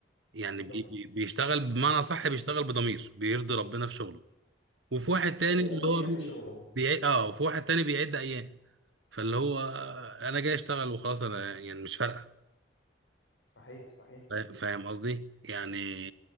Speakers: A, on the right; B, on the left.
A: يعني
B: بالظبط
A: بي... بي- بيشتغل بمعنى صح بيشتغل بضمير بيرضي ربنا في شغله وفي واحد تاني
B: لأن
A: اللي
B: ده بيحب
A: هو بي...
B: شغله
A: بيعد اه وفي واحد تاني بيعد ايام فاللي هو انا جاي اشتغل وخلاص انا يعني مش فارقه
B: صحيح صحيح
A: فا- فاهم قصدي يعني